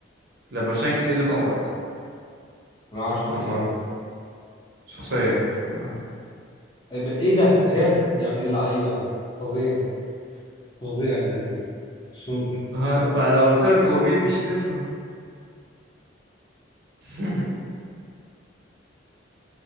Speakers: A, on the right (about 65°); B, on the left (about 25°).
A: لما شانكس ايده اتقطعت
B: انا ما اعرفش مين
A: لما
B: شانكس
A: شخصيه في الانمي
B: آه، ب- ايه ده بجد يا ابن اللعيبه فظيع فظيع يا لذيذ مش ممكن
A: آه، بقى لو قلت لك هو بيبي مش تفهم <laughs>